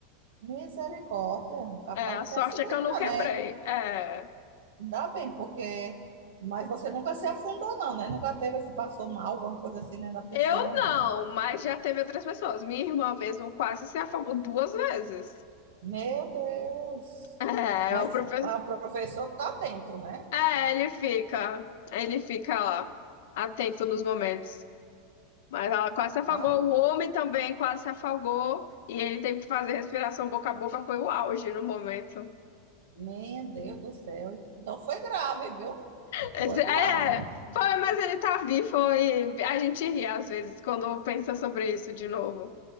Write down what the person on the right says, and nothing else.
Misericórdia, capaz
de
se acidentar,
né?
Ainda bem, porque. Mas você nunca se afundou, não, né? Nunca teve, se passou mal, alguma coisa assim dentro da piscina,
não. né?
Meu Deus!
Mas
o mas o professor tá atento, né?
Ai,
meu Deus do céu. Então foi grave, viu?
Foi grave.